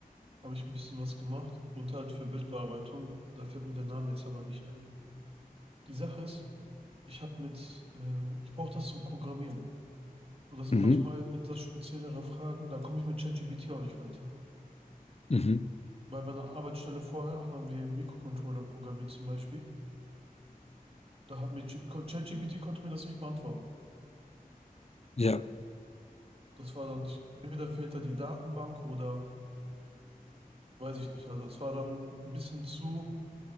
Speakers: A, on the right (about 40°); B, on the left (about 45°).
A: habe ich ein bisschen was gemacht und halt für Bildbearbeitung. Da fällt mir der Name jetzt aber nicht ein. Die Sache ist, ich habe mit, äh, ich brauche das zum Programmieren. Und das sind
B: Mhm.
A: manchmal etwas speziellere Fragen. Da komme ich mit ChatGPT auch nicht weiter.
B: Mhm.
A: Bei meiner Arbeitsstelle vorher haben wir Mikrocontroller programmiert zum Beispiel. Da hat mir Ch- ChatGPT konnte mir das nicht beantworten.
B: Ja,
A: Das war dann nicht, entweder fehlt da die Datenbank oder weiß ich nicht. Also es war dann ein bisschen zu,